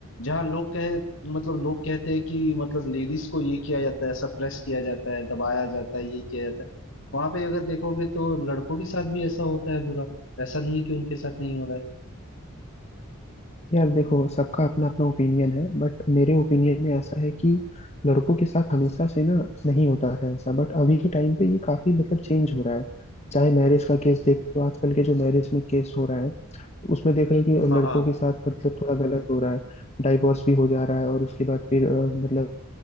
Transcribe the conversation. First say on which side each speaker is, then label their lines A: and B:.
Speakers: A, on the left; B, on the left.
A: जहाँ लोग कहे मतलब लोग कहते हैं कि मतलब लेडीज को ये किया जाता है सप्रेस किया जाता है दबाया जाता है ये किया जाता है वहां पे अगर देखोगे तो लड़कों के साथ भी ऐसा होता है बुरा ऐसा नहीं है कि उनके साथ नहीं हो रहा है
B: यार देखो सबका अपना अपना ओपिनियन है बट मेरे ओपिनियन में ऐसा है कि लड़कों के साथ हमेशा से ना नहीं होता था ऐसा बट अभी के टाइम पे ये काफी मतलब चेंज हो रहा है चाहे मैरिज का केस देख लो आजकल के जो मैरिज में केस हो रहा है तो उसमें देख रहे हो कि
A: हाँ
B: लड़कों
A: हाँ
B: के साथ मतलब थोड़ा गलत हो रहा है डाइवोर्स भी हो जा रहा है और उसके बाद फिर अ, मतलब